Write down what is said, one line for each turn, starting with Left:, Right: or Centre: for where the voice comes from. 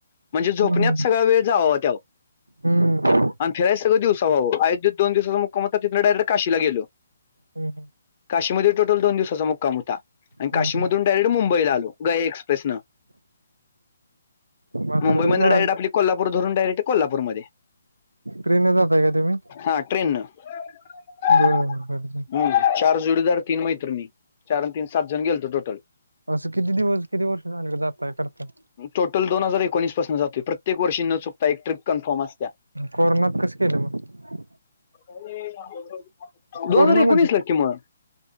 Left: म्हणजे झोपण्यात
Right: हम्म हम्म
Left: सगळा वेळ जावावा त्याव-
Right: हम्म
Left: आणि फिराय सगळं दिवसाव्हाव अयोध्येत दोन दिवसाचा मुक्काम तिथ डायरेक्ट काशीला गेलो.
Right: हम्म
Left: काशीमध्ये टोटल दोन दिवसाचा मुक्काम होता. आणि
Right: हम्म
Left: काशीमधून
Right: हम्म
Left: डायरेक्ट मुंबईला आलो गया एक्प्रेसनं.
Right: आता
Left: मुंबईमध्ये
Right: ते बा
Left: डायरेक्ट आपली धरून डायरेक्ट कोल्हापूरमध्ये.
Right: ट्रेन न जातय का तुम्ही?
Left: हा ट्रेननं हम्म
Right: बर बर बर
Left: चार जोडीदार. तीन मैत्रणी चार आणि तीन सात जण गेलतो टोटल.
Right: असं किती दिवस किती वर्ष झाले जाताय करताय.
Left: टोटल दोन हजार एकोणीस पासून जातोय. प्रत्येक वर्षी न चुकता एक ट्रीप कन्फर्म असत त्या,
Right: कोरोनात कसं केल मग?
Left: दोन
Right: कोरोनामध्ये
Left: हजार एकोणीस ला किं मग.